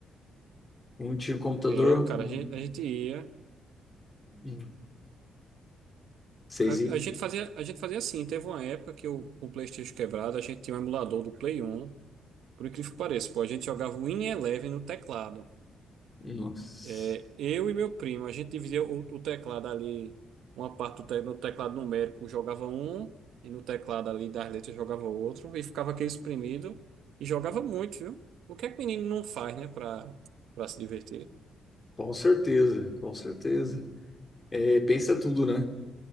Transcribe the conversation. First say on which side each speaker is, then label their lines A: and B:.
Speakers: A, on the left; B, on the right.
A: Um tinha um computador,
B: Era,
A: outro
B: cara,
A: não.
B: a gente, a gente ia.
A: Hum. Vocês
B: A,
A: iam?
B: a gente fazia, a gente fazia assim, teve uma época que o, o PlayStation quebrado, a gente tinha um emulador do Play 1. Por incrível que pareça, pô, a gente jogava o Win Eleven no teclado.
A: Nossa,
B: É, eu e meu primo, a gente dividia o, o teclado ali, uma parte do te- no teclado numérico jogava um, e no teclado ali das letras jogava outro, e ficava aquele espremido, e jogava muito, viu? O que é que o menino não faz, né, pra, pra se divertir?
A: com certeza, com certeza. É, pensa tudo, né?